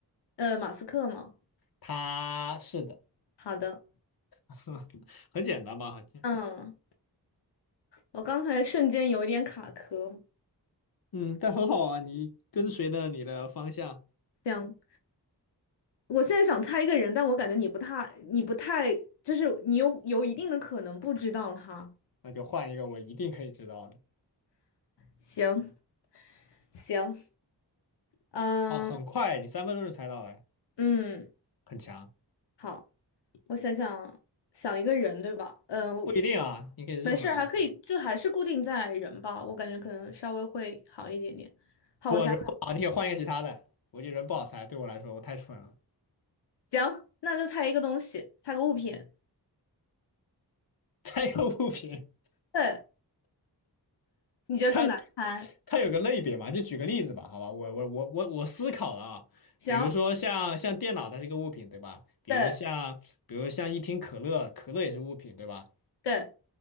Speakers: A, on the left; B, on the left.
A: 呃马斯克吗？
B: 他是的，
A: 好的，
B: <laughs> 很简单嘛，好像，
A: 嗯，我刚才瞬间有一点卡壳，
B: 嗯，但很好啊，你跟随着你的方向，
A: 这样，我现在想猜一个人，但我感觉你不太，你不太，就是你有有一定的可能不知道他。
B: 那就换一个我一定可以知道的。
A: 行行，嗯
B: 哦，很快，你三分钟就猜到了，
A: 嗯，
B: 很强。
A: 好，我想想想一个人，对吧？嗯、
B: 不一定啊，你可以任何东西吧。
A: 没事儿，还可以，就还是固定在人吧，我感觉可能稍微会好一点点。好，
B: 不，
A: 我想。
B: 人不好，你可以换一个其他的。我觉得人不好猜，对我来说我太蠢了。
A: 行，那就猜一个东西，猜个物品。
B: <laughs> 猜一个物品，
A: 对，你觉得更难猜？
B: 它它有个类别嘛，就举个例子吧，好吧，我我我我我思考了啊，
A: 行，
B: 比如说像像电脑，它是个物品，对吧？比如像比如像一听可乐，
A: 对
B: 可乐也是物品，对吧？
A: 对